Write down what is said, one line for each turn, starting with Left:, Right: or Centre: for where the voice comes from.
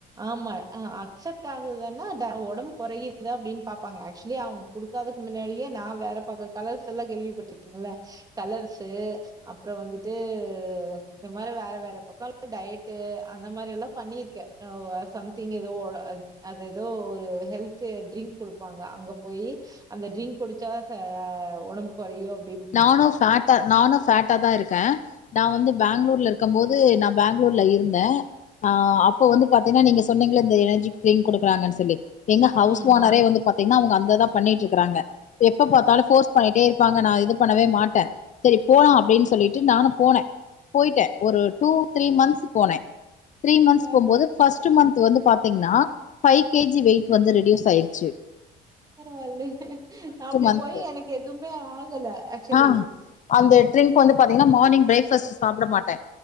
Right: ஆமா ஆ அக்சப்ட் ஆகுலனா டா ஒடம்பு கொறையுதா அப்டின் பாப்பாங்க ஆக்சுவலி அவுங் குடுக்காதக்கு மின்னாடியே நா வேற பாக்க கலர்ஸ் எல்லாம் கேள்விப்பட்டுருக்கீங்க இல்ல கலர்ஸ்ஸு அப்புறம் வந்துட்டு இந்த மாரி வேற வேற பக்கலா டயட்டு அந்த மாரி எல்லாம் பண்ணிருக்கே டாவோ சம்திங் எதோ ஓழ ஆ அது எதோ ஒரு ஹெல்த்து ட்ரிங்க் குடுப்பாங்க அங்க போயி அந்த ட்ரிங்க் குடிச்சாதா சா ஒடம்பு கொறையும் அப்
Left: நானும் ஃபேட்டா நானு ஃபேட்டாதா இருக்கே நா வந்து பேங்களூர்ல இருக்கமோது நா பேங்களூர்ல இருந்தன் ஆ அப்ப வந்து பாத்தீன்னா நீங்க சொன்னீங்க இல்ல இந்த எனர்ஜி டரிங்க் குடுக்குறாங்கன் சொல்லி எங்க ஹவுஸ்
Right: ஆமா.
Left: ஓனரே வந்து பாத்தீங்கன்னா அவுங்க அந்த இதா பண்ணிட்டு இருக்கறாங்க எப்ப பாத்தாலு போர்ஸ் பண்ணிட்டே இருப்பாங்க நா இது பண்ணவே மாட்டன் செரி போலா அப்டின் சொல்லிட்டு நானும் போன போயிட்டேன் ஒரு டூ த்ரீ மந்த்ஸ் போன த்ரீ மந்த்ஸ்
Right: ஆ.
Left: போம்போது ஃபர்ஸ்ட்டு மந்த் வந்து பாத்தீங்ன்னா ஃபைவ் கேஜி வெயிட் வந்து ரெடியூஸ் ஆயிருச்சி
Right: பரவாயில்ல நா அப்டி
Left: மந்த்து
Right: போயி எனக்கு எதுவுமே ஆகல ஆக்சுவலி.
Left: ஆ அந்த ட்ரிங்க் வந்து பாத்தீங்கன்னா மார்னிங் பிரேக்பஸ்ட்டு சாப்ட மாட்டன்